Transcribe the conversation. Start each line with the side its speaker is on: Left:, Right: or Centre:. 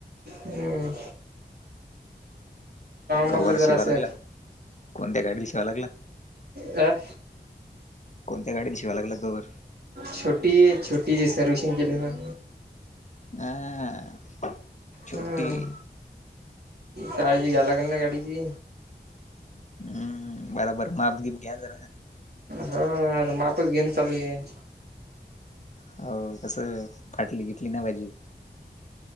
Right: अम...
Left: कवर
Right: म्हटलं जरा
Left: शिवाय
Right: असं
Left: लागला, कोणत्या गाडीला शिवाय लागला.
Right: अं..
Left: कोणत्या गाडीन शिवाय लागला कवरं.
Right: छोटी ये छोटी जी सर्विसिंग केली ना.
Left: आं छोटी
Right: हम्म.
Left: ये.
Right: काळजी घ्या लागलं ना गाडीची.
Left: अं, बराबर माप गिप घ्या जरा.
Right: हो, आता मापच घेन चालूयं.
Left: हो, कसं फाटली बिटली नाय पाहिजे.